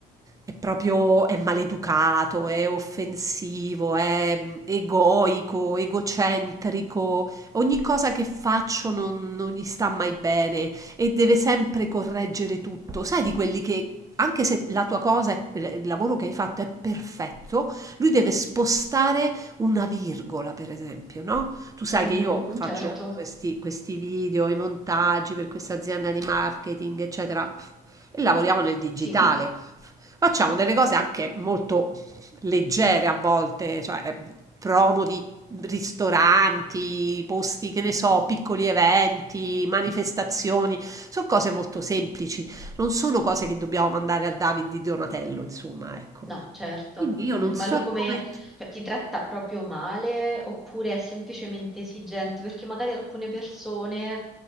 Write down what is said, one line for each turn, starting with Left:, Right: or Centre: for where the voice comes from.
Right: è proprio è maleducato, è offensivo, è mm, egoico, egocentrico, ogni cosa che faccio non, non gli sta mai bene e deve sempre correggere tutto. Sai di quelli che anche se la tua cosa, è- il lavoro che hai fatto è perfetto, lui deve spostare una virgola, per esempio, no? Tu sai
Centre: Mhm,
Right: che io faccio
Centre: certo,
Right: questi, questi video, i montaggi per questa azienda di marketing, eccetera, e lavoriamo nel digitale.
Centre: sì,
Right: Facciamo delle cose anche molto leggere a volte, cioè eh, promo di ristoranti, posti, che ne so, piccoli eventi, manifestazioni, sono cose molto semplici, non sono cose che dobbiamo mandare al David di Donatello, insomma, ecco.
Centre: no, certo.
Right: Quindi io
Centre: Mhm,
Right: non
Centre: Ma
Right: so
Centre: lui come,
Right: come
Centre: cioè, ti tratta proprio male oppure è semplicemente esigente? Perché magari alcune persone